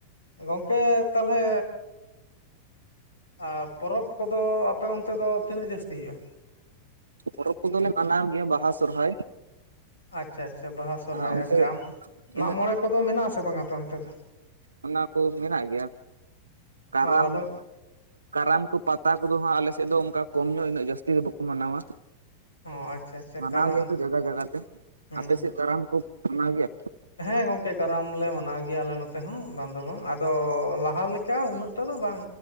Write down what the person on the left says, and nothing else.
ᱜᱚᱝᱠᱮ ᱛᱟᱦᱚᱞᱮ ᱟᱨ ᱯᱚᱨᱚᱵᱽ ᱠᱚᱫᱚ ᱟᱯᱮ ᱚᱱᱛᱮ ᱫᱚ ᱛᱤᱱᱟᱹᱜ ᱡᱟᱹᱥᱛᱤ ᱦᱩᱭᱩᱜᱼᱟ
ᱟᱪᱪᱷᱟ ᱟᱪᱪᱷᱟ ᱵᱟᱦᱟ ᱥᱚᱨᱚᱦᱟᱭ
ᱟᱪᱪᱷᱟ ᱟᱢ
ᱢᱟᱜᱽ ᱢᱚᱬᱮ ᱠᱚᱫᱚ ᱢᱮᱱᱟᱜ ᱟᱥᱮ ᱵᱟᱝ ᱟᱯᱮ ᱚᱱᱛᱮ ᱫᱚ
ᱚ ᱟᱫᱚ
ᱚ ᱟᱪᱪᱷᱟ ᱟᱪᱪᱷᱟ
ᱠᱟᱨᱟᱢ
ᱦᱩᱸ
ᱦᱮᱸ ᱜᱚᱝᱠᱮ ᱠᱟᱨᱟᱢ ᱞᱮ ᱢᱟᱱᱟᱣ ᱜᱮᱭᱟ ᱟᱞᱮ ᱱᱚᱛᱮ ᱛᱮᱦᱚᱸ ᱵᱟᱝ ᱫᱚ ᱵᱟᱝ ᱟᱫᱚ ᱞᱟᱦᱟ ᱞᱮᱠᱟ ᱩᱱᱟᱹᱜ ᱴᱟᱜ ᱫᱚ ᱵᱟᱝ